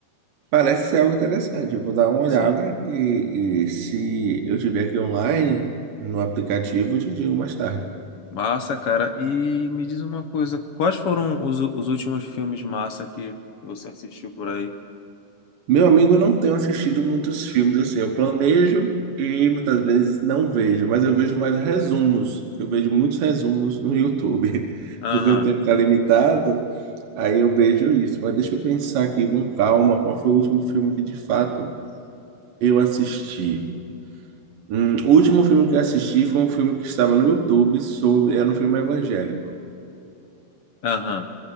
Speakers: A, on the right; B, on the left.
A: Parece ser algo interessante. Eu vou dar uma olhada
B: Sim.
A: e, e se eu tiver aqui online no aplicativo, eu te digo mais tarde.
B: Massa, cara. E me diz uma coisa, quais foram os, os últimos filmes massa que você assistiu por aí?
A: Meu amigo, eu não tenho assistido muitos filmes assim. Eu planejo e muitas vezes não vejo, mas eu vejo mais resumos. Eu vejo muitos resumos no YouTube, <laughs>
B: Aham,
A: porque o tempo está limitado, aí eu vejo isso. Mas deixa eu pensar aqui com calma qual foi o último filme que de fato eu assisti. Hum, o último filme que eu assisti foi um filme que estava no YouTube sobre. Era um filme evangélico.
B: aham,